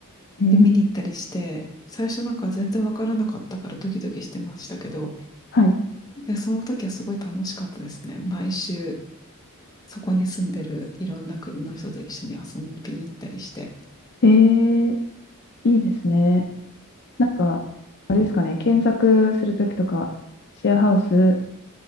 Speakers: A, on the left (about 50°); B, on the left (about 15°).
A: うん。
B: で、見に行ったりして、最初なんか全然わからなかったからドキドキしてましたけど、
A: はい。
B: で、その時はすごい楽しかったですね。毎週、そこに住んでるいろんな国の人と一緒に遊びに行ったりして。
A: へえ、いいですね。なんか、あれですかね、検索するときとか、シェアハウス